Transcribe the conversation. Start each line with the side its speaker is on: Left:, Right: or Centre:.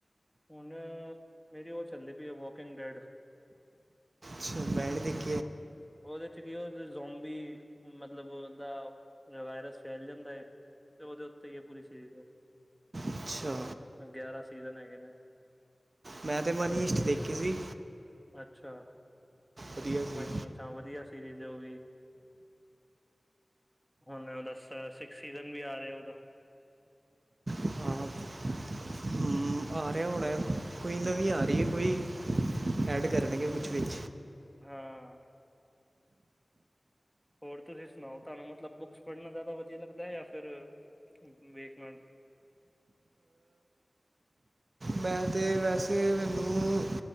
Centre: ਹੁਣ ਮੇਰੀ ਉਹ ਚੱਲਦੀ ਪਈ ਐ, ਵੋਕਿੰਗ ਡੈਡ।
Right: ਅੱਛਾ ਮੈਂਲੇ ਦੇਖ।
Centre: <unintelligible> ਉਹਦੇ ਚ ਕੀ ਹੋ ਜ਼ੋਂਬੀ ਮਤਲਬ ਉਹਦਾ, ਵਾਇਰਸ ਫੈਲ ਜਾਂਦਾ ਹੈ। ਤੇ ਉਹਦੇ ਉੱਤੇ ਐ ਪੁਰੀ ਸੀਜ,
Right: ਅੱਛਾ,
Centre: ਗਿਆਰਾਂ ਸੀਜ਼ਨ ਹੈਗੇ ਨੇ,
Right: ਮੈਂ ਤਾਂ ਮਨੀ ਹਿਸਟ ਦੇਖੀ ਸੀ।
Centre: ਅੱਛਾ,
Right: ਵਧੀਆ, ਸੀ
Centre: ਮਨੀ ਤਾਂ ਵਧੀਆ ਸੀਰੀਜ਼ ਉਹ ਵੀ ਹੁਣ ਉਹਦਾ ਸੀਕਸ ਸੀਜਨ ਵੀ ਆ ਰਿਹਾ, ਉਹਦਾ
Right: ਹਾਂ ਹਮ, ਆ ਰਿਹਾ ਹੋਣਾ ਕੋਈ ਨਵੀਂ ਆ ਰਹੀ ਹੈ, ਕੋਈ ਐਡ ਕਰਨਗੇ, ਕੁਛ ਵਿੱਚ
Centre: ਹਾਂ, ਹੋਰ ਤੁਸੀਂ ਸੁਣਾਓ? ਤੁਹਾਨੂੰ ਮਤਲਬ ਬੁੱਕਸ ਪੜ੍ਹਨਾ ਜ਼ਿਆਦਾ ਵਧੀਆ ਲੱਗਦਾ ਹੈ, ਜਾਂ ਫਿਰ ਵੇਖ ਮ
Right: ਮੈਂ ਤਾਂ ਵੈਸੇ ਮੈਨੂੰ